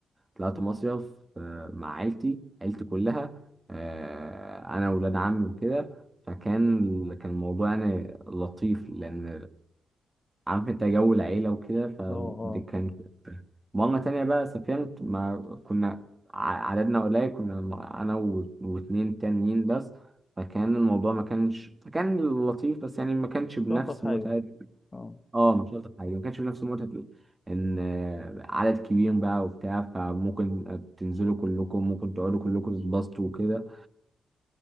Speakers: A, on the right; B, on the left.
A: طلعت مصيف آه، مع عيلتي عيلتي كلها آه، أنا وولاد عمي وكده فكان كان الموضوع يعني لطيف لأن عارف أنت جو العيلة وكده فدي
B: اه اه
A: كانت مرة تانية بقى سافرت ما كنا ع- عددنا قليل كنا م- أنا و- واتنين تانيين بس فكان الموضوع ما كانش كان لطيف بس يعني ما كانش بنفس
B: مش الطف حاجه
A: متعة
B: اه
A: اه مش شرط حاجة ما كانش بنفس متعة إن آه، عدد كبير بقى وبتاع فممكن تنزلوا كلكم ممكن تقعدوا كلكم تتبسطوا وكده